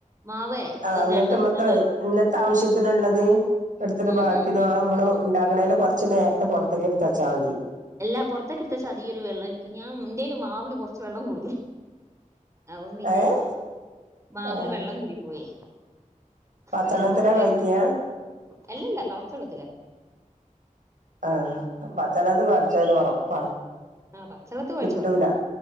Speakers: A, on the right (about 20°); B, on the right (about 65°).
A: മാവേ
B: ആഹ് എന്നിട്ട്
A: രണ്ട ദിവസത്തിന
B: നമ്മക്ക് ഇന്നത്തെ ആവശ്യത്തിനുള്ളത് എടുത്തിട്ട്
A: ഉം
B: ബാക്കി
A: ഉം
B: നമ്മള്
A: ഉം
B: ഉണ്ടാക്കണല് കുറച്ച് നേരത്തെ പൊറത്തേക്ക് എടുത്തച്ചാ മതി
A: എല്ലാ പൊറത്തേക്കെ എടുത്തച്ചാ അധികരു വെള്ളാരിക്കും ഇ ഞാൻ എന്തേല് മാവില് കൊറച്ച് വെള്ളം കൂടും അവൻ പിന്നെ
B: ഏഹ്
A: മാവില്
B: ആഹ്
A: വെള്ളം കൂടിപ്പോയേ
B: പച്ചെള്ളത്തിലാ
A: അന് പൊറത്തേ
B: കൊഴയ്ക്കാ
A: അല്ലല്ല തളച്ച വെള്ളത്തില
B: ആഹ അപ്പച്ചനത് കുറച്ചല് ഉറപ്പാ
A: ആ പച്ചെത്തി കുഴച്ച
B: കിട്ടൂല
A: ഉറപ്പ